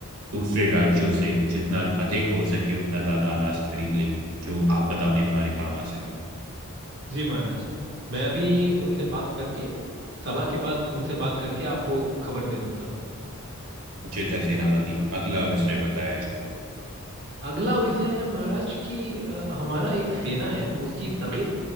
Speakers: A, on the right (about 85°); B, on the right (about 50°).
A: दूसरे राज्यों से जितना अधिक हो सके उतना ज्यादा अनाज खरीद ले जो आपदा में हमारे काम आ सके
B: जी महाराज मैं अभी उनसे बात करके सभा के बाद उनसे बात करके आपको खबर दे दूंगा
A: उचित है सेनापति अगला विषय बताया जाए
B: अगला विषय है महाराज कि अ, हमारा एक सेना है उसकी तबीयत